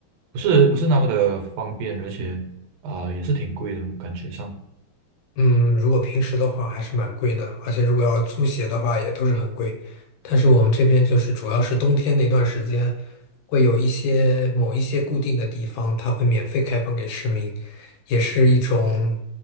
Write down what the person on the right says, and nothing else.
不是不是那么的方便，而且啊，也是挺贵的，我感觉上。